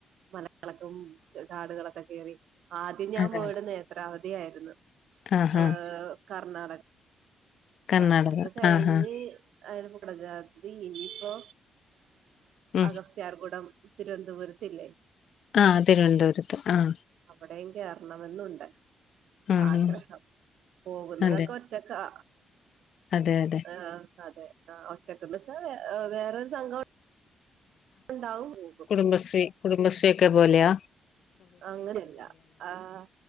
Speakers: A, on the right; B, on the left.
A: മല കളക്കും കാടുകളൊക്കെ കേറി ആദ്യം ഞാൻ
B: അതാണ്
A: പോയിട്ന്ന് ഒരാവധി ആായിരുന്നു
B: ആഹ്
A: ഏഹ്
B: ആഹ്
A: കർണാടക
B: കർണാടക
A: <inaudible> അത് കഴി
B: ആഹ് ആഹ്
A: അ പടജാദി ഇനിപ്പോ
B: ഉം
A: അഗസ്റ്റ് ചാർകൂടം തിരുനന്തപുരത്ത്ല്ലേ
B: ആഹ് തിരുവനന്തപുരത്ത് ആഹ്
A: അവ്ടെയും കേറണമെന്നുണ്ട്
B: ആഹ്
A: ആഗ്രഹം പോകുന്നതൊക്ക
B: അതെ
A: ഒറ്റ് റ്റക്കാ
B: അതെ അതെ
A: ആഹ് അതെ ആഹ് ഒറ്റക്ക്ന്ന്ച്ചാ വേറൊരു സങ്കൊ ണ്ടാവും പോകും
B: കുടുബശ്രീ കുടുബശ്രീ ഒക്ക പോലയാ
A: അങ്ങനെയല്ല ആഹ്